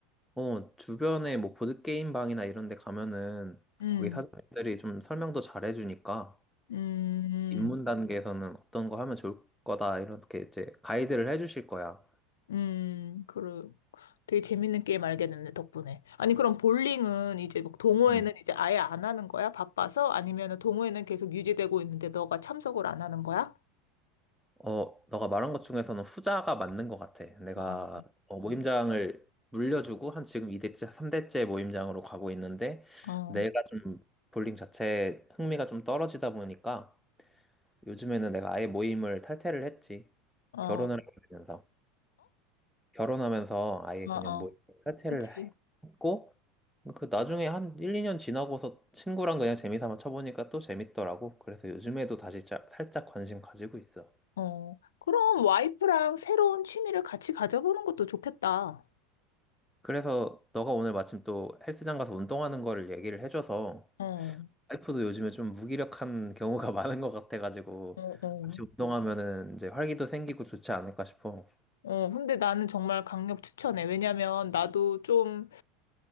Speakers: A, in the centre; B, on the left.
A: 어, 주변에 뭐 보드게임 방이나 이런 데 가면은
B: 음,
A: 거기 사장님들이 좀 설명도 잘 해주니까
B: 음,
A: 입문 단계에서는 어떤 거 하면 좋을 거다 이렇게 이제 가이드를 해주실 거야.
B: 음, 그래. 되게 재밌는 게임 알게 됐네, 덕분에. 아니, 그럼 볼링은 이제 막 동호회는
A: 음.
B: 이제 아예 안 하는 거야? 바빠서? 아니면 동호회는 계속 유지되고 있는데 너가 참석을 안 하는 거야?
A: 어, 너가 말한 것 중에서는 후자가 맞는 것 같아. 내가
B: 어,
A: 어, 모임장을 물려주고 한 지금 2대째, 3대째 모임장으로 가고 있는데
B: 어,
A: 내가 좀 볼링 자체에 흥미가 좀 떨어지다 보니까 요즘에는 내가 아예 모임을 탈퇴를 했지.
B: 어,
A: 결혼을
B: 어?
A: 하면서. 결혼하면서 아예
B: 어,
A: 그냥
B: 어.
A: 뭐 탈퇴를
B: 그치.
A: 했고 그 나중에 한 1, 2년 지나고서 친구랑 그냥 재미삼아 쳐보니까 또 재밌더라고. 그래서 요즘에도 다시 짜- 살짝 관심 가지고 있어.
B: 어. 그럼 와이프랑 새로운 취미를 같이 가져보는 것도 좋겠다.
A: 그래서 너가 오늘 마침 또 헬스장 가서 운동하는 거를 얘기를 해줘서
B: 어.
A: 와이프도 요즘에 좀 무기력한 경우가 <laughs> 많은 것 같아가지고
B: 어, 어.
A: 같이 운동하면은 이제 활기도 생기고 좋지 않을까 싶어.
B: 어, 근데 나는 정말 강력 추천해. 왜냐면 나도 좀